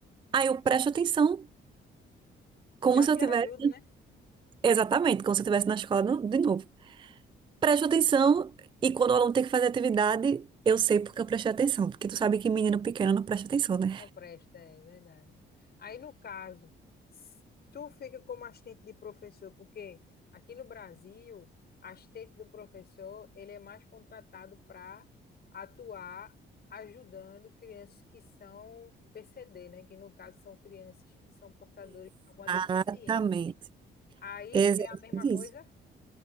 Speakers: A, on the right (about 25°); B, on the left (about 55°).
A: Aí eu presto atenção, como
B: já
A: se
B: te
A: eu
B: ajuda,
A: tivesse,
B: né?
A: exatamente, como se eu estivesse na escola no- de novo. Presto atenção e quando o aluno tem que fazer atividade, eu sei porque eu prestei atenção, porque tu sabe que menino pequeno não presta atenção, né?
B: Não presta, é verdade. Aí, no caso, s- tu fica como assistente de professor, porque aqui no Brasil, assistente do professor, ele é mais contratado para atuar ajudando crianças que são PCD, né? Que no caso são crianças que são portadores de alguma deficiência.
A: Exatamente.
B: Aí
A: É Exatamente
B: é a mesma coisa?
A: isso.